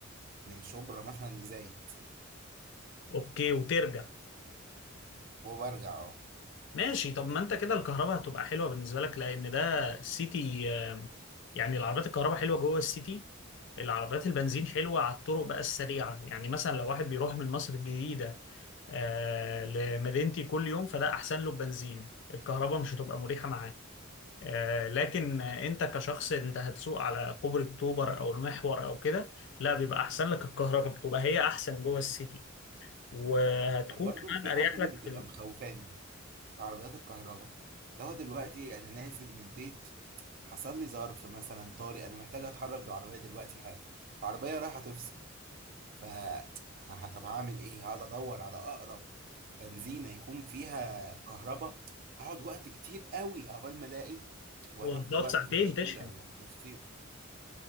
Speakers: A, on the right; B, on the left.
A: من شبرا مثلا لزايد
B: أوكي وترجع
A: وبرجع اه
B: ماشي طب ما انت كده الكهرباء هتبقى حلوه بالنسبه لك لان ده السيتي آه، يعني العربيات الكهرباء حلوه جوه السيتي العربيات البنزين حلوه على الطرق بقى السريعه يعني مثلا لو واحد بيروح من مصر الجديده آه، لمدينتي كل يوم فده احسن له بنزين الكهرباء مش هتبقى مريحه معاه آه، لكن انت كشخص انت هتسوق على كوبري اكتوبر او المحور او كده لا بيبقى احسن لك الكهرباء بتبقى هي احسن جوه السيتي وهتكون
A: طب برضو
B: كمان
A: في
B: اريح
A: حاجه تانية
B: لك
A: بتبقى
B: في ال...
A: مخوفاني في عربيات الكهرباء لو دلوقتي انا نازل من البيت حصل لي ظرف مثلا طارئ انا محتاج اتحرك بالعربيه دلوقتي حالا العربيه رايحه تفصل ف ه- طب هعمل ايه هقعد ادور على اقرب بنزينه يكون فيها كهرباء هقعد وقت كتير قوي عقبال ما الاقي وانا
B: وانت
A: في دلوقتي
B: في ساعتين
A: في مشكله
B: تشحن
A: وفي مصيبه